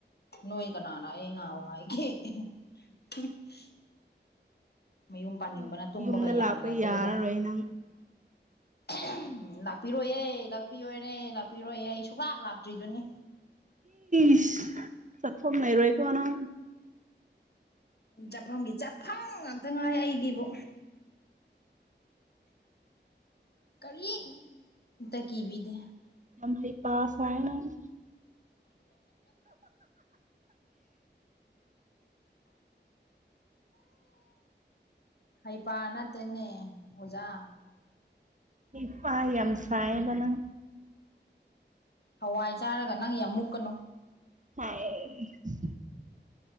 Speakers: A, on the left (about 60°); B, on the right (about 40°).
A: ꯅꯣꯏ ꯀꯅꯥꯅ ꯑꯩ ꯉꯥꯎ ꯍꯥꯏꯒꯦ <unintelligible> ꯃꯌꯨꯝ ꯄꯥꯅꯤꯡꯕꯅ
B: ꯌꯨꯝ
A: ꯇꯨꯝꯕꯒ
B: ꯌꯨꯝꯗ
A: ꯌꯥꯗꯅꯖꯔꯖꯥꯠ
B: ꯂꯥꯛꯄ ꯌꯥꯔꯔꯣꯏ ꯅꯪ
A: ꯑꯍꯝ ꯂꯥꯛꯄꯤꯔꯣꯏꯌꯦ ꯂꯥꯛꯄꯤꯔꯣꯏꯔꯦ ꯂꯥꯛꯄꯤꯔꯣꯏꯌꯦ ꯑꯩ ꯁꯨꯛꯂꯥꯛ ꯂꯥꯛꯇ꯭ꯔꯤꯗꯨꯅꯤ
B: ꯏꯁ ꯆꯠꯐꯝ ꯂꯩꯔꯣꯏꯀꯣꯅꯪ
A: ꯆꯠꯐꯝꯒꯤ ꯆꯠꯐꯝ ꯉꯥꯛꯇ ꯉꯥꯏ ꯑꯩꯒꯤꯕꯨ ꯀꯔꯤꯝꯇ ꯀꯤꯕꯤꯗꯦ
B: ꯌꯥꯝ ꯍꯩꯄꯥ ꯁꯥꯏꯌꯦ ꯅꯪꯁꯤ
A: ꯍꯩꯄꯥ ꯅꯠꯇꯦꯅꯦ ꯑꯣꯖꯥ
B: ꯍꯩꯄꯥ ꯌꯥꯝ ꯁꯥꯏꯌꯦꯕꯅꯪ
A: ꯍꯋꯥꯏ ꯆꯥꯔꯒ ꯅꯪ ꯌꯥꯝ ꯃꯨꯛꯀꯅꯨ
B: ꯍꯥꯏꯁ